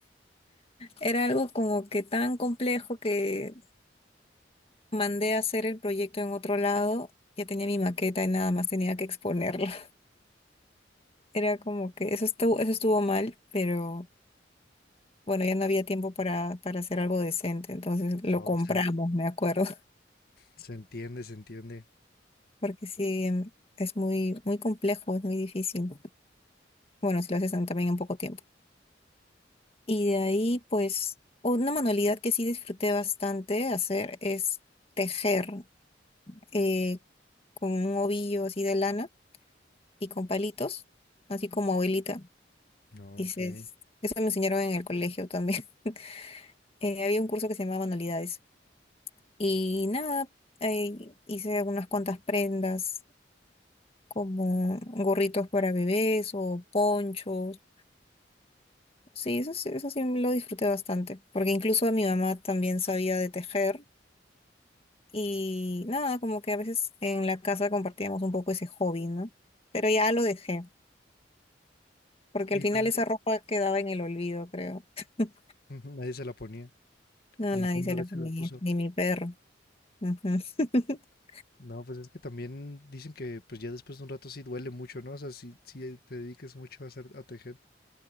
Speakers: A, on the left; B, on the left.
A: Era algo como que tan complejo que mandé a hacer el proyecto en otro lado. Ya tenía mi maqueta y nada más tenía que exponerlo. <laughs> Era como que eso estuvo, eso estuvo mal, pero bueno, ya no había tiempo para, para hacer algo decente. Entonces lo
B: No,
A: compramos,
B: se, en-
A: me acuerdo.
B: se entiende, se entiende.
A: <laughs> Porque sí, em, es muy, muy complejo, es muy difícil. Bueno, si lo haces en- también en poco tiempo. Y de ahí, pues, una manualidad que sí disfruté bastante hacer es tejer eh, con un ovillo así de lana y con palitos, así como abuelita.
B: No,
A: Y
B: ok.
A: se- eso me enseñaron en el colegio también. <laughs> Eh, había un curso que se llamaba Manualidades. Y nada, eh, hice unas cuantas prendas, como gorritos para bebés o ponchos. Sí, eso, sí- eso sí lo disfruté bastante, porque incluso mi mamá también sabía de tejer. Y nada, como que a veces en la casa compartíamos un poco ese hobby, ¿no? Pero ya lo dejé, porque
B: Sí,
A: al final
B: pues
A: esa
B: es que
A: ropa quedaba en el olvido, creo. <laughs>
B: <laughs> nadie se la ponía,
A: No,
B: ningún
A: nadie se
B: bebé
A: lo
B: se
A: comía,
B: la puso.
A: ni mi perro. Ujú. <laughs>
B: No, pues es que también dicen que pues ya después de un rato sí duele mucho, ¿no? O sea, si, si te dediques mucho a hacer, a tejer,